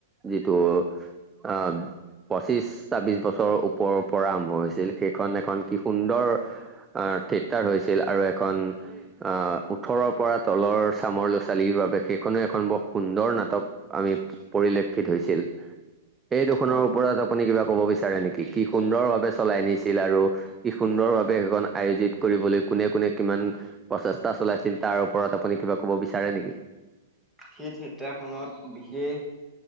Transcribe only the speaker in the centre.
হয়
সেই থিয়েটাৰ খনত বিশেষ